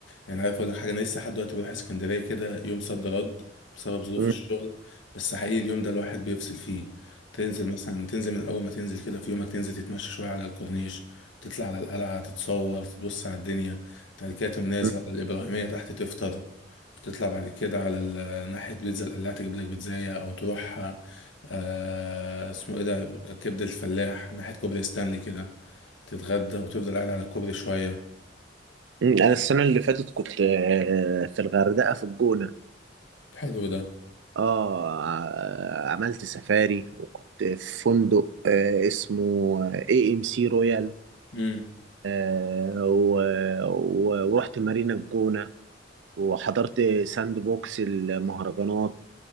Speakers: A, on the left; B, on the right.
A: يعني عارف اقول لك حاجة انا لسه لحد دلوقتي بروح اسكندرية كده يوم صد رد بسبب ظروف
B: م-
A: الشغل بس حقيقي اليوم ده الواحد بيفصل فيه تنزل مثلا تنزل من اول ما تنزل كده في يومك تنزل تتمشى شوية على الكورنيش تطلع على القلعة تتصور تبص على الدنيا بعد كده تقوم نازل
B: م-
A: على الإبراهيمية تحت تفطر بتطلع بعد كده على ال- ناحية بيتزا القلاع تجيب لك بيتزاية أو تروح آه اسمه إيه ده كبدة الفلاح ناحية كوبري ستانلي كده تتغدى وتفضل قاعد على الكوبري شوية
B: م. أنا السنة اللي فاتت كنت آه، في الغردقة في الجونة
A: حلو ده
B: اه ع- عملت سفاري وكنت في فندق آه اسمه اي ام سي رويال
A: امم
B: آه و- و- ورحت مارينا الجونة وحضرت ساند بوكس المهرجانات